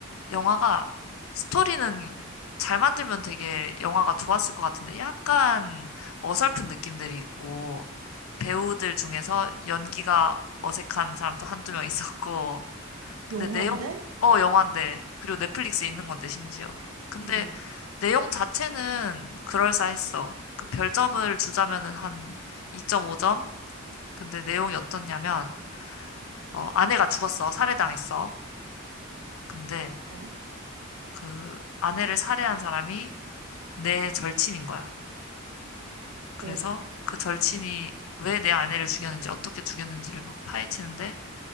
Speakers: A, on the left (about 70°); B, on the right (about 80°).
A: 영화가 스토리는 잘 만들면 되게 영화가 좋았을 것 같은데 약간 어설픈 느낌들이 있고 배우들 중에서 연기가 어색한 사람도 한두 명 있었고 근데
B: 영화인데?
A: 내용, 어, 영화인데. 그리고 넷플릭스에 있는 건데, 심지어. 근데
B: 응
A: 내용 자체는 그럴싸했어. 그 별점을 주자면은 한 2.5점? 근데 내용이 어떻냐면, 어, 아내가 죽었어. 살해당했어. 근데
B: 어,
A: 그 아내를 살해한 사람이 내 절친인 거야. 그래서
B: 어,
A: 그 절친이 왜 내 아내를 죽였는지, 어떻게 죽였는지를 막 파헤치는데,